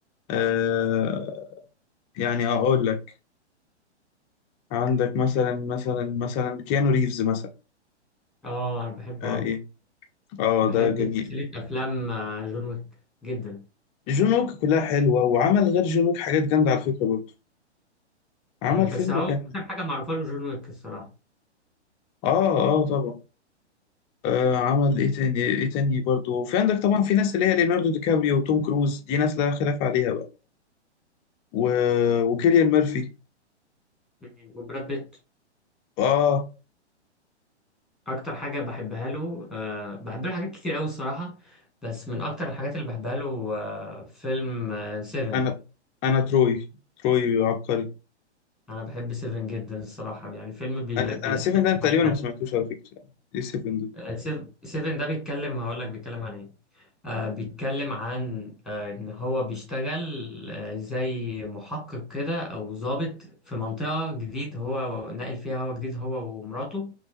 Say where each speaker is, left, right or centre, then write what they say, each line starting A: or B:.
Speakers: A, on the left (about 20°); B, in the centre.
A: آه، يعني اقول لك عندك مثلا مثلا مثلا كيانو ريفز مثلا
B: اه انا بحبه
A: آه
B: قوي
A: ايه اه
B: بحب
A: ده جميل
B: سلسلة أفلام آه، جون ويك جدا
A: جون ويك كلها حلوه وعمل غير جون ويك حاجات جامده على فكره برضه
B: مم،
A: عمل
B: بس
A: فيلم
B: هو
A: كان
B: أكتر حاجة معروفة له جون ويك الصراحة
A: اه اه طبعا آه عمل ايه تاني ايه تاني برضه وفي عندك طبعا في ناس اللي هي ليوناردو دي كابريو وتوم كروز دي ناس لا خلاف عليها بقى و... وكيليان ميرفي
B: مم، وبراد بيت
A: اه
B: أكتر حاجة بحبها له أه بحب له حاجات كتير أوي الصراحة بس من أكتر الحاجات اللي بحبها له أه فيلم آه، سيفن
A: انا انا تروي تروي عبقري
B: أنا بحب سيفن جدا الصراحة يعني فيلم بيل-
A: انا
B: بيلفتني
A: انا سيفن ده تقريبا
B: حوالين ده
A: ما سمعتوش على فكره ايه سيفن ده
B: آه، سيف- سيفن ده بيتكلم هقول لك بيتكلم عن إيه آه، بيتكلم عن آه، إن هو بيشتغل آه، زي محقق كده أو ضابط في منطقة جديد هو ناقل فيها هو جديد هو ومراته